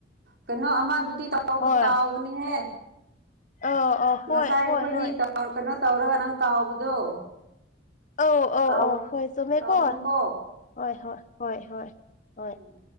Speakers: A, on the right; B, on the left.
A: ꯀꯩꯅꯣ ꯑꯃꯗꯨꯗꯤ ꯇꯥꯎꯕ
B: ꯍꯣꯏ
A: ꯀꯥꯎꯒꯅꯤꯍꯦ
B: ꯑꯧ ꯑꯧ ꯍꯣꯏ
A: ꯉꯁꯥꯏ ꯑꯩꯈꯣꯏꯅꯤ
B: ꯍꯣꯏ ꯍꯣꯏ
A: ꯇꯧ ꯀꯩꯅꯣ ꯇꯧꯔꯒ ꯅꯪ ꯀꯥꯎꯕꯗꯣ
B: ꯑꯧ ꯑꯧ
A: ꯀꯥꯎ
B: ꯑꯧ ꯍꯣꯏ ꯆꯨꯝꯃꯦꯀꯣ
A: ꯀꯥꯎꯒꯅꯨꯀꯣ
B: ꯍꯣꯏ ꯍꯣꯏ ꯍꯣꯏ ꯍꯣꯏ ꯍꯣꯏ
A: ꯎꯝ